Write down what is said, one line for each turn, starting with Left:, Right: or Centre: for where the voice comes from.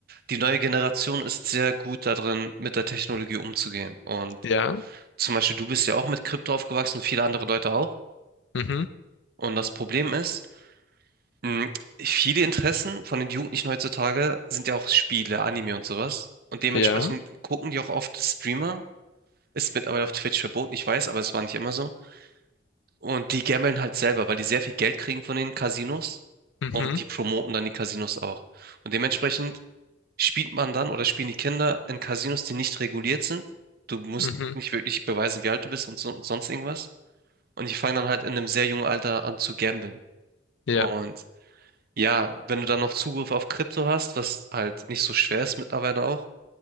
Right: die neue Generation ist sehr gut darin, mit der Technologie umzugehen. Und
Left: Ja,
Right: zum Beispiel, du bist ja auch mit Krypto aufgewachsen und viele andere Leute auch.
Left: mhm,
Right: Und das Problem ist, Mhm. Viele Interessen von den Jugendlichen heutzutage sind ja auch Spiele, Anime und sowas. Und dementsprechend
Left: ja,
Right: gucken die auch oft Streamer. Ist mittlerweile auf Twitch verboten, ich weiß, aber es war nicht immer so. Und die gamblen halt selber, weil die sehr viel Geld kriegen von den Casinos.
Left: mhm,
Right: Und die promoten dann die Casinos auch. Und dementsprechend spielt man dann oder spielen die Kinder in Casinos, die nicht reguliert sind. Du musst
Left: mhm,
Right: nicht wirklich beweisen, wie alt du bist und so, sonst irgendwas. Und die fangen dann halt in einem sehr jungen Alter an zu gamblen.
Left: ja,
Right: Und ja, wenn du dann noch Zugriff auf Krypto hast, was halt nicht so schwer ist mittlerweile auch,